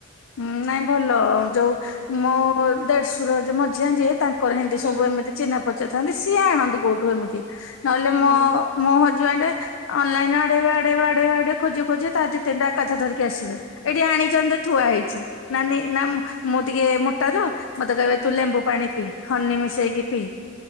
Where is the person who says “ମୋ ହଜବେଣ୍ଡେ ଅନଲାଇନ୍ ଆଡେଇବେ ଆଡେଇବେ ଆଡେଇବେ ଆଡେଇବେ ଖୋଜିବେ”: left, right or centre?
Left